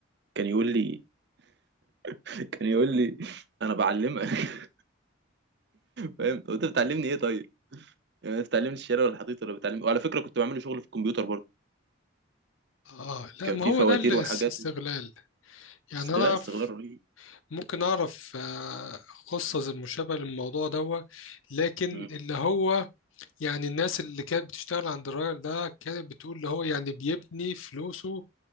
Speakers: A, on the right; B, on the left.
A: كان يقول لي <laughs> كان يقول لي انا بعلمك <laughs> فاهم طب انت بتعلمني ايه طيب يعني انت بتعلمني الشارع ولا الحضيض ولا بتعلمني وعلى فكره كنت بعمل له شغل في الكمبيوتر برضه
B: اه لا
A: كان
B: ما
A: في
B: هو
A: فواتير
B: ده الاستغلال
A: وحاجات
B: يعني
A: است-
B: انا
A: لا
B: اعرف
A: استغلال رهيب
B: ممكن اعرف آه، قصة زي مشابهة للموضوع ده لكن
A: مم.
B: اللي هو يعني الناس اللي كانت بتشتغل عند الراجل ده كانت بتقول اللي هو يعني بيبني فلوسه